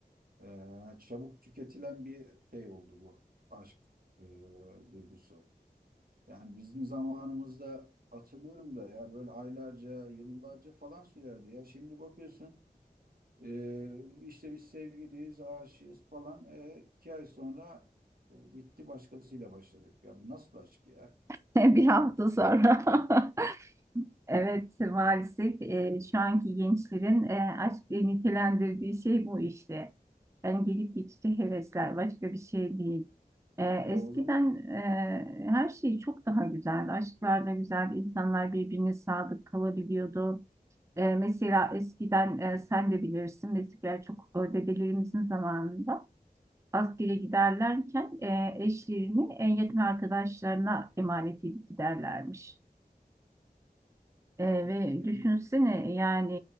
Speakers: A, on the right; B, on the right.
A: eee, çabuk tüketilen bir şey oldu bu aşk eee, duygusu. Yani bizim zamanımızda hatırlıyorum da ya böyle aylarca, yıllarca falan sürerdi ya. Şimdi bakıyorsun Ee, işte biz sevgiliyiz, aşığız falan. E, iki ay sonra e, bitti başkasıyla başladık. Ya bu nasıl aşk ya?
B: <laughs> Bir hafta sonra. <laughs> Evet, maalesef e, şu anki gençlerin e, aşk diye nitelendirdiği şey bu işte. Yani gelip geçici hevesler, başka bir şey değil. E, eskiden
A: Ya o zaman
B: e, her şey çok daha güzeldi. Aşklar da güzeldi, insanlar birbirine sadık kalabiliyordu. E, mesela eskiden e, sen de bilirsin, eskiden çok e, dedelerimizin zamanında askere giderlerken e, eşlerini en yakın arkadaşlarına emanet edip giderlermiş. E, ve
A: e,
B: düşünsene yani